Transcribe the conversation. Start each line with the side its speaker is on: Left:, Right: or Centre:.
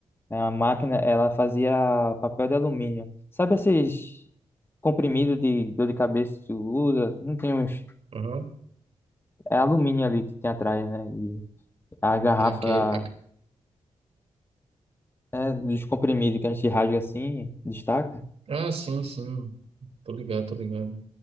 Left: É uma máquina, ela fazia papel de alumínio. Sabe esses comprimidos de dor de cabeça que tu usa? Não tem uns...
Right: Aham.
Left: É alumínio ali que tem atrás, né? E a garrafa
Right: Naquele,
Left: é, dos comprimidos que a gente rasga assim, destaca,
Right: Ah, sim, sim. Tô ligado, tô ligado.